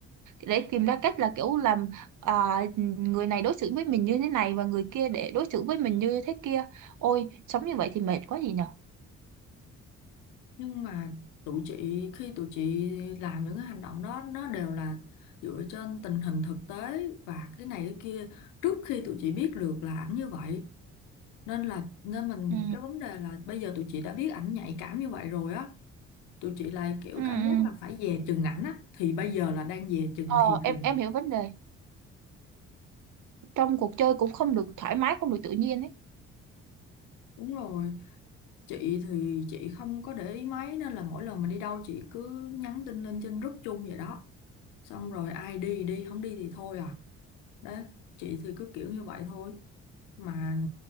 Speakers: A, on the right (about 70°); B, on the left (about 85°).
A: để tìm ra cách là kiểu làm à, người này đối xử với mình như thế này và người kia để đối xử với mình như thế kia ôi sống như vậy thì mệt quá gì nhở
B: nhưng mà tụi chị khi tụi chị làm những cái hành động đó nó đều là dựa trên tình hình thực tế và cái này cái kia trước khi tụi chị biết được là ảnh như vậy nên là nên mình
A: ừ
B: cái vấn đề là bây giờ tụi chị đã biết ảnh nhạy cảm như vậy rồi á tụi chị lại kiểu
A: ừ
B: cảm
A: ừ
B: giác là phải dè chừng ảnh á thì bây giờ là đang dè chừng
A: ờ
B: thiệt
A: em
B: rồi
A: em
B: nè
A: hiểu vấn đề trong cuộc chơi cũng không được thoải mái không được tự nhiên ấy
B: đúng rồi chị thì chị không có để ý mấy nên là mỗi lần mà đi đâu chị cứ nhắn tin lên trên group chung vậy đó xong rồi ai đi thì đi không đi thì thôi à đấy chị thì cứ kiểu như vậy thôi mà